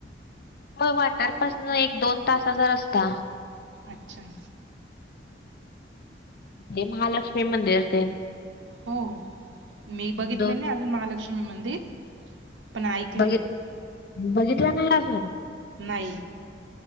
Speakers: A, on the left; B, on the right.
A: होय वाटारपासन एक दोन तासाचा रस्ता.
B: अच्छा..
A: ते महालक्ष्मी मंदिर तेन.
B: हो हो मी बघितले
A: दोन
B: नाही अजून महालक्ष्मी मंदिर. पण ऐकलंय
A: बघित बघितलं नाही अजून
B: नाही.